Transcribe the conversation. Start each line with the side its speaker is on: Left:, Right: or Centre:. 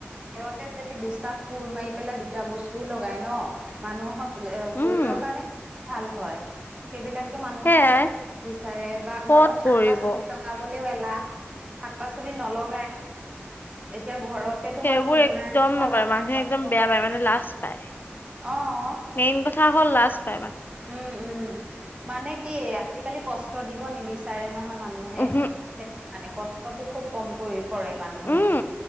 Right: ঘৰতে যদি দুচাপ কোৰ মাৰি পেলাই দুটা বস্তুও লগাই ন' মানুহক এ শৰীৰৰ
Left: উম
Right: কাৰণে খুব ভাল হয়, সেইবিলাক মানুহে
Left: সেইয়াই
Right: কৰিব নিবিচাৰে বা
Left: ক'ত
Right: ঘৰত শাক-পাচলি
Left: কৰিব অ
Right: লগাবলেও এলাহ, শাক-পাচলি নলগাই, এতিয়া ঘৰত তে তোমাক
Left: সেইবোৰ
Right: কোমোৰা
Left: একদম
Right: এজোপা
Left: নকৰে
Right: লগাই
Left: মানুহে
Right: যত্ন
Left: একদম বেয়া
Right: কৰে
Left: পায় মানে
Right: যদি,
Left: লাজ পায়
Right: অঁ।
Left: মেইন কথা হ'ল লাষ্ট পাই মানে।
Right: উমঁ উমঁ' মানে কি আজিকালি কষ্ট দিব নিবিচাৰে নহয় মানুহ মানুহে
Left: উহু
Right: সেতু কাৰণে কষ্টটো খুব কম ক কৰে মানুহে,
Left: উম